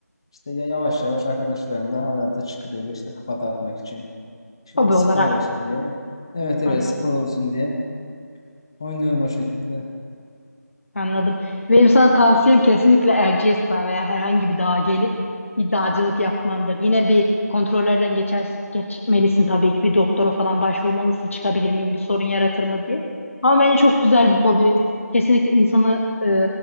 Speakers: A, on the left; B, on the left.
A: işte ya- yavaş yavaş arkadaşlarımla arada çıkıp böyle işte kafa dağıtmak için işte
B: Hobi
A: spor
B: olarak.
A: olsun diye. Evet evet
B: Anladım.
A: spor olsun diye oynuyorum o şekilde.
B: Anladım. Benim sana tavsiyem kesinlikle Erciyes Dağı veya herhangi bir dağa gelip bir dağcılık yapmandır. Yine bir kontrollerden geçer, geçmelisin tabii ki. Bir doktora falan başvurmalısın. Çıkabilir miyim? Bir sorun yaratır mı diye. Ama bence çok güzel bir hobi. Kesinlikle insanı e,